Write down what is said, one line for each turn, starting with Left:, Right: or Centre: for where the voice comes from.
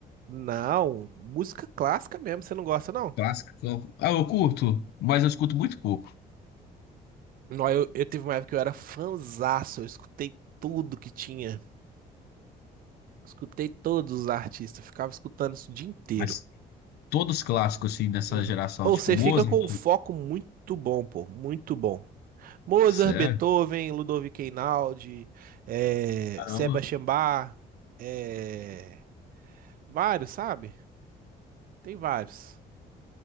Right: Não, música clássica mesmo, você não gosta, não?
Left: Clássico. Ah, eu curto, mas eu escuto muito pouco.
Right: Não, eu, eu tive uma época que eu era fanzaço, eu escutei tudo que tinha. Escutei todos os artistas, ficava escutando isso o dia inteiro.
Left: Mas todos clássicos, assim, dessa
Right: Uhum.
Left: geração.
Right: Ou
Left: Tipo,
Right: você
Left: Mozart.
Right: fica com um foco muito bom, pô, muito bom. Mozart,
Left: Sério?
Right: Beethoven, Ludovico Einaudi, eh,
Left: Caramba.
Right: Sebastian Bach, eh, vários, sabe? Tem vários.